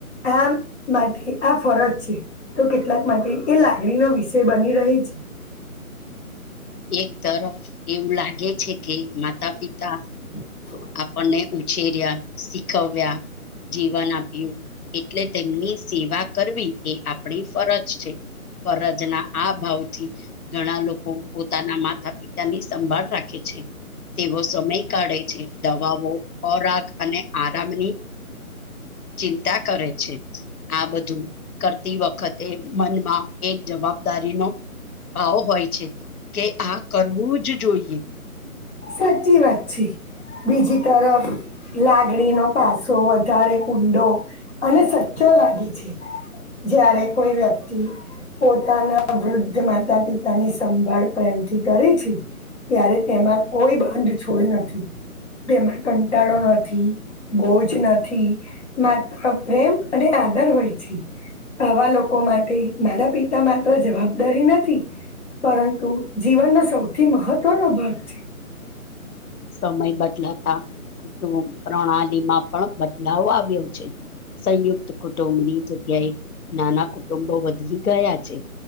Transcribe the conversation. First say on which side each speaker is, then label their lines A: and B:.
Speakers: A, on the left; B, on the left.
A: કામ માટે આ ફરજ છે તો કેટલાક માટે એ લાગણીનો વિષય બની રહી છે.
B: એક તરફ એવું લાગે છે કે માતા પિતા
A: <inaudible>
B: આપણને ઉછેર્યા શીખવ્યા જીવન આપ્યું એટલે તેમની સેવા કરવી એ આપણી ફરજ છે. ફરજના આ ભાવથી ઘણા લોકો પોતાના માતા પિતા ની સંભાળ રાખે છે. તેવો સમય કાઢે છે દવાઓ ખોરાક અને આરામની ચિંતા કરે છે. આ બધું કરતી વખતે મનમાં એક જવાબદારી નો ભાવ હોય છે કે આ કરવું જ જોઈએ.
A: સાચી વાત છે. બીજી તરફ લાગણી નો પાછો વધારે ઊંડો અને સચ્ચો લાગે છે જ્યારે કોઈ વ્યક્તિ પોતાના વૃદ્ધ માતા પિતાની સંભાળ પ્રેમથી કરી છે. ત્યારે તેમાં કોઈ બંધ છોડ નથી. તેમાં કંટાળો નથી બોજ નથી. મહાત્મા પ્રેમ અને આદર હોય છે. આવા લોકો માટે માતા પિતા માત્ર જવાબદારી નથી. પરંતુ જીવનનો સૌથી મહત્વનો ભાગ છે.
B: સમય બદલાતા કુટુંબ પ્રણાલી માં પણ બદલાવ આવ્યો છે. સંયુક્ત કુટુંબની જગ્યાએ નાના કુટુંબો વધી ગયા છે.